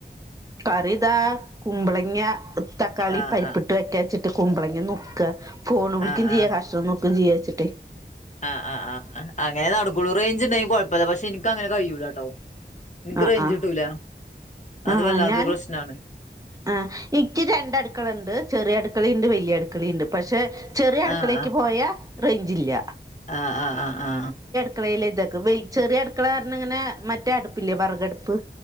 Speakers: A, on the right; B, on the left.
A: കറി താ കുമ്പളങ്ങ തക്കാളി
B: ആഹ്
A: പരിപ്പിട്ട്
B: ആഹ്
A: വെക്കാച്ച്ട്ട് കുമ്പളങ്ങ നു ർക്ക ഫോൺ വിളിക്കും
B: ആഹ് ആഹ്
A: ചെയ്യ കഷണം നുർക്കും ച്ച് യാച്ച്ട്ട്
B: ആഹ് ആഹ് ആഹ് അങ്ങനെ നടക്കൊളൂ റെയിഞ്ച് ഇണ്ടെങ്കി കൊഴപ്പല്ല പക്ഷെ ഇനിക്ക് അങ്ങനെ കഴിയൂലാട്ടോ എനിക്ക്
A: ആഹ്
B: റേയ്ഞ്ച്
A: ആഹ്
B: കിട്ടൂല അത്‌
A: ആഹ്
B: വല്ലാത്ത
A: ഞാൻ
B: പ്രശ്നാണ്
A: ആഹ് ഇക്ക് രണ്ട അട്ക്കള ഇണ്ട് ചെറി അട്കളിം ഇണ്ട്‌ വല്ല്യ അട്ക്കളിംണ്ട് പക്ഷെ ചെറിയ അടുക്കളേക്ക്
B: ആഹ്
A: പോയ റെഞ്ചില്ല
B: ആആ ആ ആആ
A: <unintelligible> വലി ചെറിയ അടുക്കള പറഞ്ഞ ഇങ്ങനെ മറ്റേ അടുപ്പില്ലേ വറകട്പ്പ്